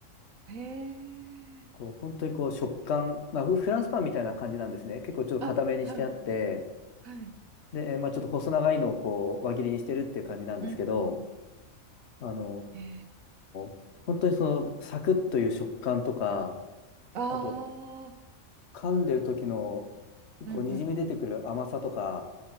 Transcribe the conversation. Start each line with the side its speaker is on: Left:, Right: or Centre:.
Right: えー、
Left: こう本当にこう食感、まあ、フフランスパンみたいな感じなんですね。結構ちょっと固めにしてあって、
Right: あ、はい、はい、
Left: で、えーまあ、ちょっと細長いのをこう輪切りにしてるっていう感じなんですけど、
Right: うんうんうん。
Left: あの
Right: え
Left: ー本当にそのサクッという食感とか、
Right: ー、あー、
Left: あと、噛んでる時の、
Right: うんうんうん。
Left: こう、にじみ出てくる甘さとか、